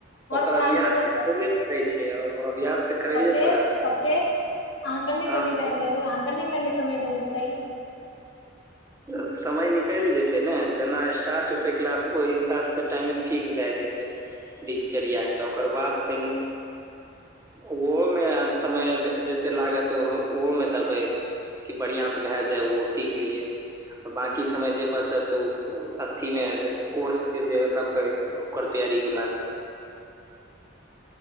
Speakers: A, on the left (about 70°); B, on the right (about 15°).
A: घरपर
B: ओकर अभ्यास
A: अहाँके पढ़ै लए
B: तऽ
A: पड़त
B: अबे पड़ैत छै अभ्यास करैले
A: तऽ फेर
B: पड़त
A: त फेर अहाँ कन्ने
B: हाँ
A: कन्ने
B: तऽ
A: टाइम देबै अहाँ कन्ने कन्ने समय देबै बतैयऔ।
B: ह। समय निकली जेतै ने जेना स्टार्ट हेतै क्लास ओहि हिसाबसँ टाइमिंग फिक्स भए जेतै दिनचर्य कऽ ओकर बाद फेर ओ ओहोमे समय जते लागत ओहो मे देबै। कि बढ़िआ सँ भए जाय ओ सीख लियै बाकी समय जे बचत ओ अथि मे कोर्स के जे लै ओकर तैयारी लागू।